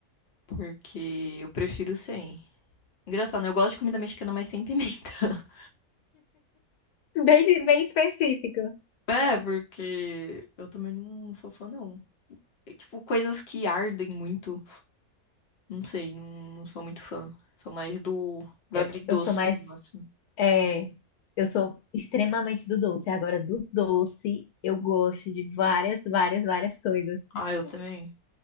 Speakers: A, on the left (about 50°); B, on the left (about 90°).
A: porque eu prefiro sem. Engraçado, né? Eu gosto de comida mexicana, mas sem pimenta. <laughs>
B: bem, bem específica.
A: É, porque eu também não sou fã, não. É, tipo, coisas que ardem muito, não sei, não, não sou muito fã. Sou mais do, do
B: Eu
A: agridoce,
B: eu sou mais.
A: no máximo.
B: É, eu sou extremamente do doce. Agora, do doce, eu gosto de várias, várias, várias coisas.
A: Ah, eu também.